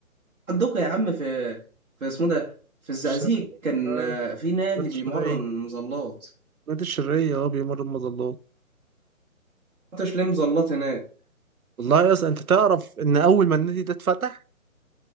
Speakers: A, on the right; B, on the right.
A: عندكم يا عم في في اسمه ده في الزقازيق
B: الشرقية
A: كان
B: عارف
A: آه، في نادي
B: نادي
A: بيمرن
B: الشرقية
A: مظلات
B: نادي الشرقية اه بيمر المظلات
A: ما رحتش ليه مظلات هناك
B: والله يا اسطى انت تعرف ان اول ما النادي ده اتفتح